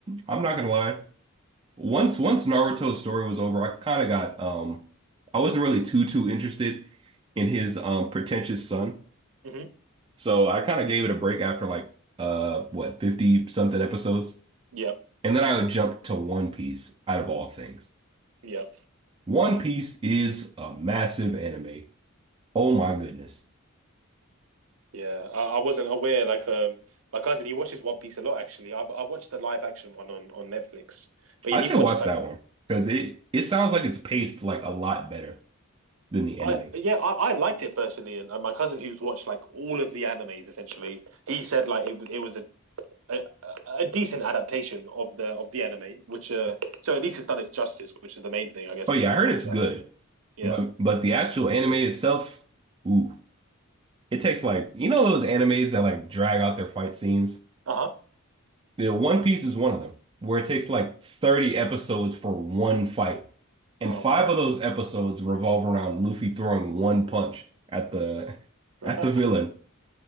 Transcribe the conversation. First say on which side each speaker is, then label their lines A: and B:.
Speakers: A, on the right; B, on the right.
A: I'm not gonna lie. Once once Naruto's story was over, I kind of got um I wasn't really too too interested in his um pretentious son.
B: hmm
A: So I kind of gave it a break after like uh what 50 something episodes.
B: Yeah,
A: And then I would jump to One Piece out of all things.
B: yeah.
A: One Piece is a massive anime. Oh my goodness.
B: Yeah, I, I wasn't aware. Like, um, my cousin he watches One Piece a lot. Actually, I've I've watched the live action one on on Netflix. But
A: I
B: yeah, he
A: should
B: watched
A: watch
B: like
A: that one because it it sounds like it's paced like a lot better than the
B: I
A: anime.
B: yeah I, I liked it personally, and, and my cousin who's watched like all of the animes essentially, he said like it it was a a, a decent adaptation of the of the anime, which uh so at least it's done its justice, which is the main thing I guess
A: Oh
B: when
A: yeah,
B: you want
A: I heard
B: to watch
A: it's
B: an
A: good.
B: anime. Yeah.
A: But but the actual anime itself, ooh, it takes like you know those animes that like drag out their fight scenes?
B: Uh huh.
A: Yeah, One Piece is one of them, where it takes like 30 episodes for one fight. And
B: Oh
A: five
B: man.
A: of those episodes revolve around Luffy throwing one punch at the <laughs> at
B: <laughs>
A: the villain.